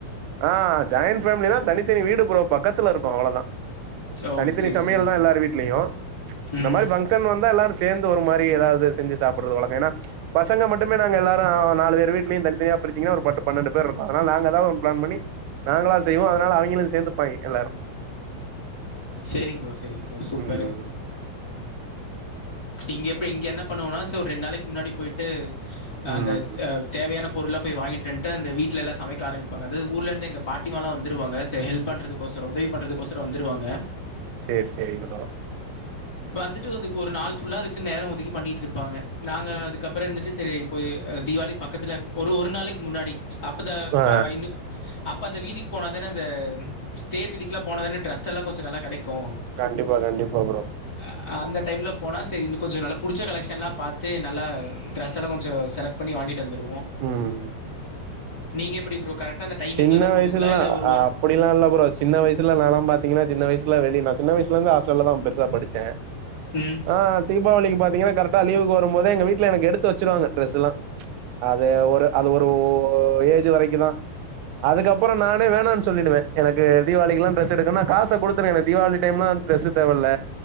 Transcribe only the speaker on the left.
ஓ
சரி
சரிங்க
ப்ரோ
ம்
சேரிங்க ப்ரோ சேரிங்க ப்ரோ சூப்பரு
இங்க எப்ப இங்க என்ன பண்ணுவோனா சோ ரெண் நாளைக் முன்னாடி போயிட் ட்டு
அந்த ஆ தேவையான பொருள்லா போயி வாங்கிட்டு வன்ட்டு அந்த வீட்ல எல்லா சமைக்க ஆரம்பிப்பாங்க அது ஊர்லருந்து எங்க பாட்டிமாளா வந்துருவாங்க சேல் பண்ணுறது கோசரோ உதவி பண்ணறதுக்கோசரோ வந்துருவாங்க
வந்துட்டு அதுக்கு ஒரு நாள் ஃபுல்லா அதுக்கு நேரோ ஒதுக்கி பண்ணிட்டு இருப்பாங்க நாங்க அதுக்கப்றோ இருந்துட்டு செரி இப்ப ஆ திவாளி பக்கத்துல ஒரு ஒரு நாளைக்கு முன்னாடி அப்பதா
இன்னு அப்ப அந்த வீதிக்கு போனாதானே அந்த தேர் வீதிக்லா போனாதானே டிரரெஸ் எல்லா கொஞ்ச நல்லா கெடைக்கு
ஆ அந்த டைம்ல போனா சேரி இன்னு கொஞ்சோ நல்லா புடிச்ச கலெஷன்லா பாத்து நல்ல ட்ரெஸ் எல்லா கொஞ்சோ செலக்ட் பண்ணி வாங்கிட்டு வந்து டுவோ
நீங்க எப்டி ப்ரோ கரெக்டா அந்த டைமிங்ல
தான் போவீங்களா
இல்ல ஒரு
வார
ம்